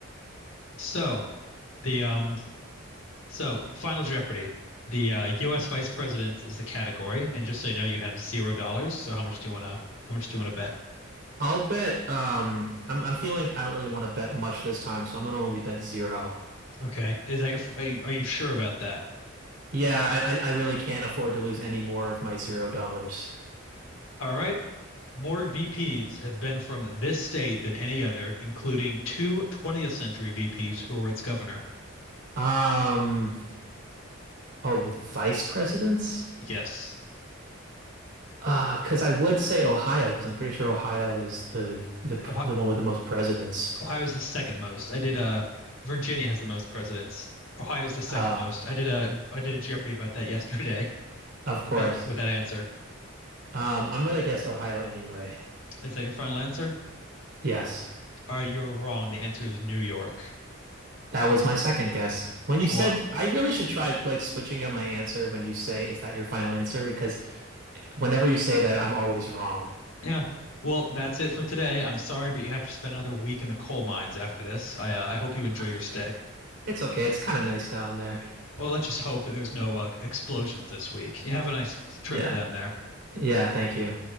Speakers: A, on the left; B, on the right.
A: So, the um So, Final Jeopardy. The uh, U.S. Vice President is the category, and just so you know, you have zero dollars. So, how much do you wanna how much do you wanna bet?
B: I'll bet. Um, I'm, I'm feeling I don't really want to bet much this time, so I'm gonna only bet zero.
A: Okay, is that your? f- Are you, are you sure about that?
B: Yeah, I, I I really can't afford to lose any more of my zero dollars.
A: All right. More VPs have been from this state than any other, including two 20th century VPs who were its governor.
B: Um, oh, with vice presidents?
A: Yes.
B: Uh, because I would say Ohio, because I'm pretty sure Ohio is the the
A: Ohio,
B: the one with the most presidents.
A: Ohio is the second most. I did uh Virginia has the most presidents. Ohio is the second
B: Oh,
A: most. I did a I did a Jeopardy about that yesterday <laughs>
B: of course.
A: with that with that answer.
B: Um, I'm gonna guess Ohio anyway.
A: Is that your final answer?
B: Yes.
A: All right, you're wrong. The answer is New York.
B: That was my second guess. When you
A: Well,
B: said, I really should try like switching up my answer when you say, is that your final answer? Because whenever you say that, I'm always wrong.
A: yeah. Well, that's it for today. I'm sorry, but you have to spend another week in the coal mines after this. I uh, I hope you enjoy
B: Uh,
A: your stay.
B: It's okay. It's kind of nice down there.
A: Well, let's just hope that there's no uh, explosions this week. You have a nice trip
B: Yeah.
A: down there.
B: Yeah. Thank you.